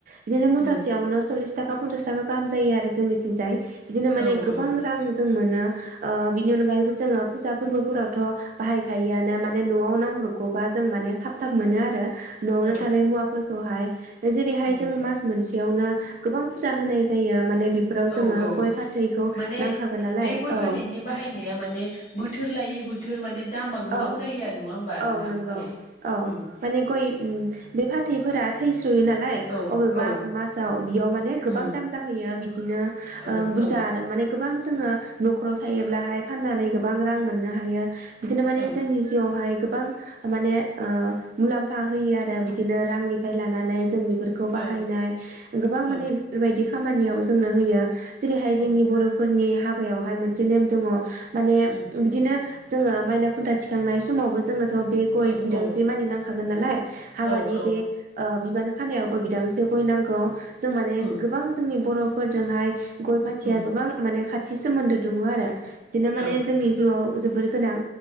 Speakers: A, on the right; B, on the left.
A: बिदिनो मुथासेयावनो
B: उम
A: सललिस थाखा पनसास थाखा गाहाम जायो आरो जोंनिथिंजाय। बिदिनो माने
B: औ
A: गोबां
B: औ
A: रां जों मोनो। ओ बिनि अनगायैबो जोङो फुजा फोरबोफोरावथ बाहायखायोआनो मान माने नआव नांब्रबगौबा जों माने थाब थाब मोनो आरो।
B: औ
A: नआवनो फोरखौहाय जेरैहाय
B: उम
A: जोङो मास मोनसे बेयावनो गोबां फुजा होनाय जायो माने बेफोराव
B: औ
A: जोङो
B: औ
A: गय फाथैखौ
B: माने
A: नांखागोन नालाय
B: बे गय
A: औ
B: फाथैनि बाहायनाया माने बोथोर लायै बोथ थोर माने दामा गोबां
A: औ
B: जायो आरो नङा होमबा
A: औ
B: नोंथां
A: नोंगौ औ औ
B: उम
A: माने गय ओम बे फाथैफोरा थै सुयो नालाय
B: औ
A: अबेबा
B: औ
A: मासाव बेयाव माने गोबां
B: उम
A: दाम जाहैयो बि बिदिनो
B: औ
A: ओम बुरजा
B: औ
A: आरो माने गोबां। जोङो नखराव थायोब्लाहाय फाननानै गोबां रां मोननो हायो। बिदिनो माने
B: औ
A: जोंनि जिउआवहाय। गोबां माने ओ मुलाम्फा होयो आरो बिदिनो रांनिफ्राय लानानै जोंनि फोरखौ बाहायनाय
B: औ
A: गोबां माने
B: औ
A: बेफोरबायदि खामानियाव जोंनो होयो। जेरैहाय
B: औ
A: जोंनि बरफोरनि हाबायावहाय मोनसे नेम दङ। माने
B: उम
A: बिदिनो जोङो माइना खुन्था थिखांनाय समावबो जोङो थह बे गय
B: औ
A: बिदांसे
B: औ
A: मानि नांखागोन नालाय हाबानि
B: औ औ
A: बे ओ बिबान खानायावबो बिदांसे गय नांगौ। जों माने
B: उम
A: गोबां जोंनि बर। फोरजोंहाय गय फाथिया
B: उम
A: गोबां माने खाथि थि सोमोन्दो दङ आरो। बिदिनो माने
B: औ
A: जोंनि जिउआव जोबोद गोर गोनां।